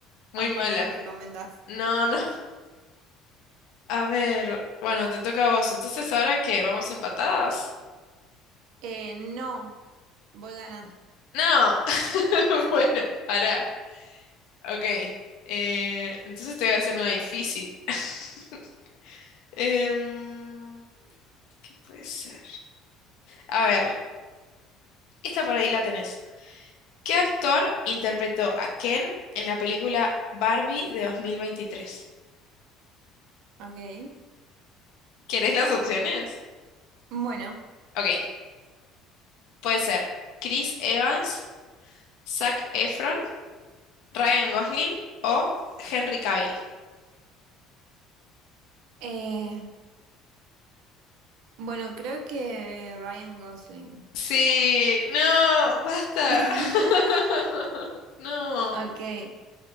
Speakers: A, on the left; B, on the right.
A: muy
B: ¿a
A: mala.
B: qué no la recomendás?
A: No, no, a ver, bueno, te toca a vos, entonces ahora qué, vamos empatadas.
B: Eh, no, voy ganando.
A: No, <laughs> bueno, pará, ok, eh, entonces te voy a hacer una difícil. <laughs> Em, ¿qué puede ser? A ver, esta por ahí la tenés. ¿Qué actor interpretó a Ken en la película Barbie de 2023?
B: Ok.
A: ¿Querés las opciones?
B: Bueno,
A: Ok, puede ser Chris Evans, Zac Efron, Ryan Gosling o Henry Cavill.
B: eh, bueno, creo que Ryan Gosling.
A: Sí, no, basta.
B: <laughs>
A: <laughs> No.
B: Ok.